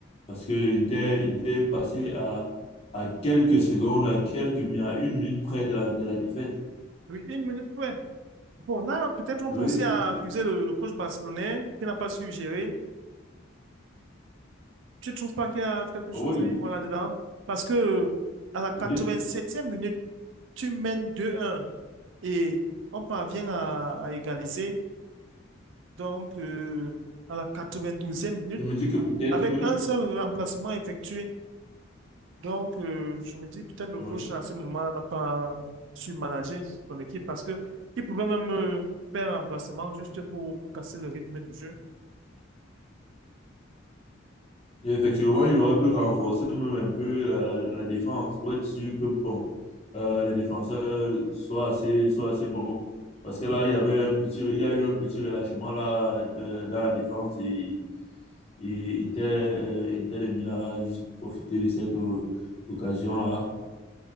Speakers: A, on the left (about 30°); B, on the right (about 65°).
A: parce qu'il était, il était passé à, à quelques secondes, à quelques minutes, à une minute près de la, de la défaite.
B: Oui, une minute près. Bon, là, peut-être on
A: Oui,
B: peut aussi accuser
A: euh,
B: le, le coach barcelonais qui n'a pas su gérer. Tu ne trouves pas qu'il y a quelque chose
A: oui.
B: à y voir là-dedans? Parce que euh, à la quatre-vingt-septième
A: Je,
B: minute, tu mènes deux un et on parvient à, à égaliser. donc euh, à la quatre-vingt-douzième minute,
A: je me dis que peut-être,
B: avec
A: euh,
B: un seul remplacement effectué. Donc, euh, je me dis peut-être le
A: oui.
B: coach à ce moment n'a pas su manager son équipe parce que il pouvait même euh, faire un remplacement juste pour, pour casser le rythme du jeu.
A: Effectivement, il aurait pu renforcer même un peu la, la, la défense pour être sûr que bon, euh, les défenseurs soient assez, soient assez bons. Parce que là, il y avait un petit, il y a eu un petit relâchement là, là, dans la défense et Et Inter, euh, Inter de Milan a juste profité de cette euh, occasion-là.